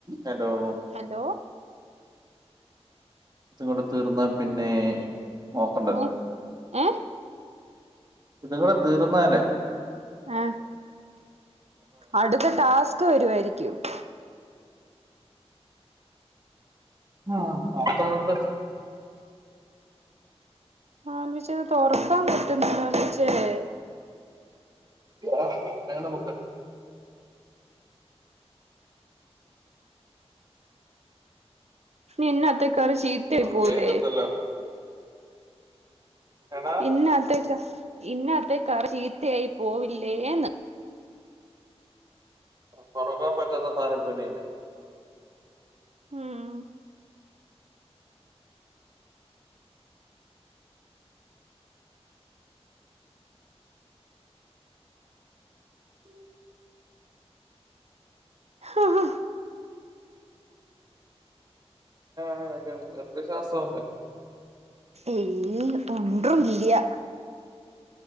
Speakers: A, on the right (about 35°); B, on the right (about 75°).
A: Hello
B: hello
A: തങ്ങണ്ട് തീർന്ന പിന്നെ നോക്കണ്ടല്ലോ
B: ഏ ഏ
A: ഇതു ംകൂടെ തീർന്നാല്ലേ
B: ആ അടുത്ത ടാസ്ക് <unintelligible>
A: ആ <unintelligible>
B: <unintelligible> ഇത് തുറക്കാൻ പറ്റുന്നില്ല <unintelligible>
A: <unintelligible>
B: നിന്ന അത്രക്കറി ചീത്തആയി
A: അത്
B: പോവൂലെ
A: കേക്കത്തില്ല എടാ
B: ഇന്നത്തക്ക ഇന്നത്തെ കറി ചീത്തയായി പോവില്ലേന്ന്
A: തുറക്കാൻ പറ്റാത്ത സാധനം പിന്നെ ന്നാ ചെയ്യും
B: ഉം
A: ഉം
B: ആഹ ഹ
A: ആ <unintelligible> <unintelligible>
B: ഏയ് ഒണ്ട്റും ഇല്ല്യ